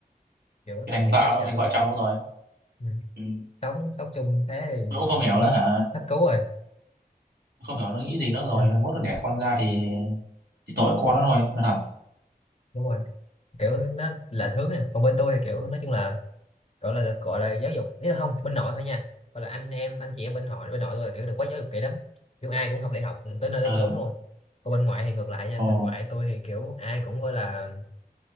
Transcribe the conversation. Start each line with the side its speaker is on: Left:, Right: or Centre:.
Left: kiểu tuổi
Right: thành
Left: trẻ
Right: vợ
Left: bây
Right: rồi
Left: giờ
Right: thành
Left: mà
Right: vợ chồng luôn rồi
Left: ừ.
Right: ừ.
Left: sống sống chung thế
Right: tôi cũng không
Left: thì
Right: hiểu
Left: cũng
Right: nữa hả
Left: hết cứu rồi
Right: không hiểu nó nghĩ gì nữa rồi
Left: ừ.
Right: mốt nó đẻ con ra thì chỉ tội con nó thôi nó thật
Left: đúng rồi kiểu nó là hướng nè còn bên tôi thì kiểu nói chung là gọi là được gọi là giáo dục ý là không bên nội thôi nha gọi là anh em anh chị em bên họ bên nội tôi là kiểu được quá giáo dục kỹ lắm kiểu ai cũng học đại học tới nơi
Right: ờ,
Left: tới chốn luôn còn bên ngoại thì ngược lại nha
Right: ồ
Left: bên ngoại tôi thì kiểu ai cũng gọi là